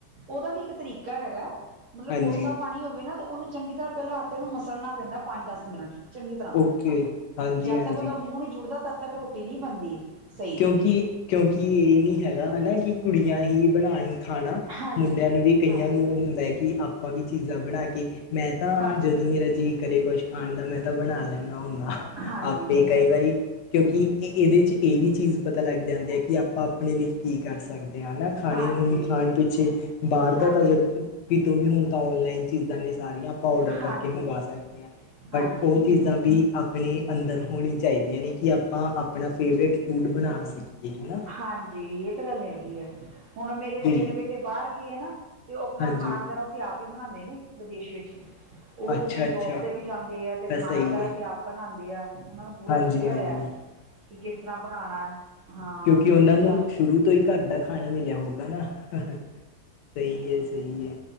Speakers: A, on the right; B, on the left.
A: ਓਦਾ ਵੀ ਇੱਕ ਤਰੀਕਾ ਹੈਗਾ, ਮਤਲਬ
B: ਹਾਂਜੀ
A: ਕੋਸਾ ਪਾਣੀ ਹੋਵੇ ਨਾ, ਤੇ ਓਨੂੰ ਚੰਗੀ ਤਰਾ ਪੈਲਾ ਆਟੇ ਨੂੰ ਮਸਲਣਾ ਪੈਂਦਾ, ਪੰਜ-ਦੱਸ ਮਿੰਟ ਚੰਗੀ ਤਰਾਂ,
B: ਓਕੇ ਹਾਂਜੀ
A: ਜਾਦ
B: ਹਾਂਜੀ
A: ਤੱਕ ਓਦਾ ਮੂੰ ਨੀ ਜੁੜਦਾ ਤੱਦ-ਤੱਕ ਰੋਟੀ ਨੀ ਬਣਦੀ। ਸਹੀ
B: ਕੇਉਕਿ-ਕੇਉਕਿ ਏ ਨੀ ਹੈਗਾ ਹਨਾ ਕਿ ਕੁੜੀਆਂ ਹੀ ਬਣਾਏ ਖਾਣਾ,
A: ਹਾਂਜੀ
B: ਮੁੰਡੇਆਂ ਨੂੰ ਵੀ ਕਈਆਂ
A: ਹਾਂਜੀ
B: ਨੂੰ ਹੁੰਦਾ ਕਿ ਆਪਾ ਵੀ ਚੀਜ਼ਾ ਬਣਾ ਕੇ ਮੈਂ ਤਾਂ
A: ਹਾਂਜੀ
B: ਜਦੋਂ ਮੇਰਾ ਜੀਅ ਕਰੇ ਕੁਛ ਖਾਣ ਦਾ ਮੈਂ ਤਾਂ ਬਣਾ ਲੈਣਾ ਹੁਣਾ।
A: ਹਾਂਜੀ
B: ਆਪੇ
A: ਨਹੀਂ
B: ਕਈ
A: ਬੱਤੀ
B: ਵਾਰੀ ਕਿਉਂਕਿ ਇਹ ਇਹਦੇ ਚ ਇਹ ਵੀ ਚੀਜ਼ ਪਤਾ ਲੱਗ ਜਾਂਦੀ ਐ ਕਿ ਆਪਾਂ ਆਪਣੇ ਲਈ ਕੀ ਕਰ ਸਕ ਦੇ ਆਂ ਨਾ ਖਾਣੇ
A: ਹਾਂਜੀ
B: ਹੁਣ ਖਾਣ ਪਿੱਛੇ ਬਾਹਰ ਦਾ
A: ਹਾਂਜੀ
B: ਤਾਂ ਜਦ ਕਿਤੋਂ ਵੀ ਹੁਣ ਤਾਂ ਔਨਲਾਈਨ ਚੀਜ਼ਾਂ ਨੇ ਸਾਰੀਆਂ ਆਪਾਂ ਔਡਰ
A: ਹਾਂਜੀ
B: ਕਰਕੇ ਮੰਗਵਾ ਸਕਦੇ ਆ
A: ਹਾਂਜੀ
B: ਬਟ ਉਹ ਚੀਜ਼ਾਂ ਵੀ ਆਪਣੇ ਅੰਦਰ ਹੋਣੀ ਚਾਹੀਦੀਆਂ ਨੇ ਕਿ ਆਪਾਂ ਆਪਣਾ ਫੇਵਰੇਟ ਫੂਡ ਬਣਾ ਸਕੀਏ ਹੈਨਾ
A: ਹਾਂਜੀ, ਇਹ ਤਾਂ ਗੱਲ ਹੈਗੀ ਆ ਹੁਣ ਮੇਰੇ
B: ਬਿਲਕੁਲ
A: ਤਿੰਨ ਬੇਟੇ ਬਾਹਰ ਗਏ ਆ ਨਾ ਤੇ ਉਹ ਆਪਣਾ
B: ਹਾਂਜੀ
A: ਖਾਣਾ
B: ਹਾਂਜੀ,
A: ਵਗੈਰਾ ਉੱਥੇ ਆਪ ਹੀ ਬਣਾਂਦੇ ਨੇ ਵਿਦੇਸ਼ ਵਿੱਚ। ਉਹ
B: ਅੱਛਾ
A: ਆਪਣੀ
B: ਅੱਛਾ
A: ਜੋਬ ਤੇ ਵੀ ਜਾਂਦੇ ਆ ਤੇ
B: ਤਾਂ
A: ਖਾਣਾ
B: ਸਹੀ
A: ਵਗੈਰਾ
B: ਹੈ
A: ਵੀ ਆਪ ਬਣਾਦੇ ਆ ਉਹਨਾਂ ਨੂੰ ਪੂਰਾ
B: ਹਾਂਜੀ
A: ਦੱਸਿਆ
B: ਹਾਂਜੀ
A: ਹੋਇਆ ਕਿ ਕਿਸ ਤਰ੍ਹਾਂ ਬਣਾਨਾ, ਹਾਂ।
B: ਕਿ ਉਹਨਾਂ
A: ਅੱਛਾ
B: ਨੂੰ ਸ਼ੁਰੂ ਤੋਂ ਹੀ ਘਰ ਦਾ ਖਾਣਾ ਮਿਲਿਆ ਹੋਊਗਾ ਨਾ ਸਹੀ ਐ, ਸਹੀ ਐ